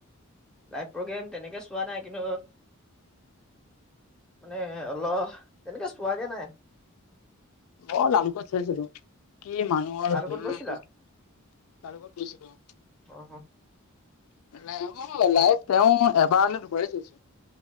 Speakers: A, in the centre; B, on the left.
A: লাইভ প্ৰগ্ৰেম তেনেকে চোৱা নাই কিন্তু মানে অল তেনেকে চোৱাগে নাই?
B: মই লালুকত চাইছিলো, কি মানুহ।
A: তাৰ
B: <unintelligible>
A: লগত গৈছিলা
B: লালুকত গৈছিলো অ।
A: অ
B: লাইভ অ, লাইভ তেওঁ এবাৰলে দুবাৰে চাইছোঁ।